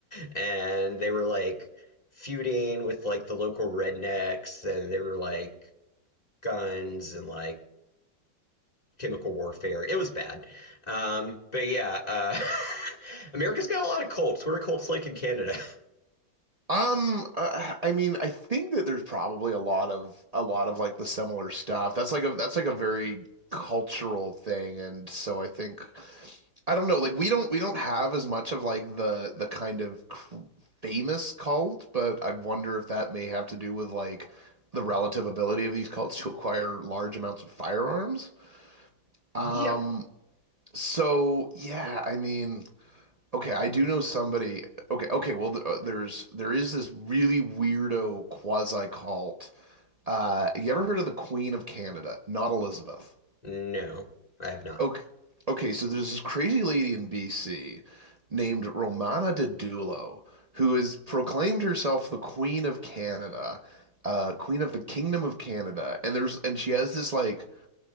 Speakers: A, on the left (about 20°); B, on the right (about 70°).
A: <laughs> and they were like feuding with like the local rednecks and they were like guns and like chemical warfare. It was bad. Um, but yeah, uh, <laughs> America's got a lot of cults. What are cults like in Canada?
B: Um, I, I mean, I think that there's probably a lot of a lot of like the similar stuff. That's like a that's like a very cultural thing, and so I think I don't know. Like we don't we don't have as much of like the the kind of cr famous cult, but I wonder if that may have to do with like the relative ability of these cults to acquire large amounts of firearms. Um,
A: <laughs> yeah.
B: so yeah, I mean, okay, I do know somebody. Okay, okay, well, th- uh, there's there is this really weirdo quasi cult. Uh, you ever heard of the Queen of Canada? Not Elizabeth.
A: No, I have not.
B: Okay, okay, so there's this crazy lady in BC named Romana Dedulo who has proclaimed herself the Queen of Canada, uh, Queen of the Kingdom of Canada, and there's and she has this like